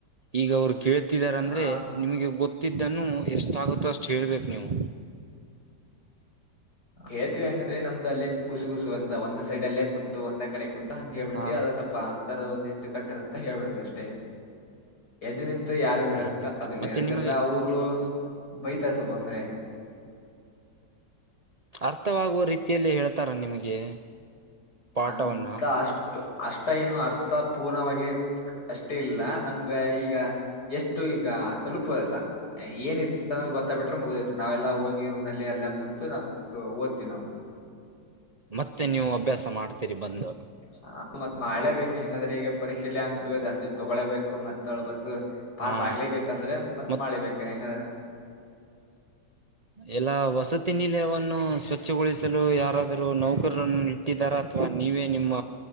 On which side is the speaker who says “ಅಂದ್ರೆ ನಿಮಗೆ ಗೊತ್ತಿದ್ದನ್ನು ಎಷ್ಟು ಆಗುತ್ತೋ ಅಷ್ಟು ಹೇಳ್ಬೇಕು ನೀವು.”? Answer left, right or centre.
Right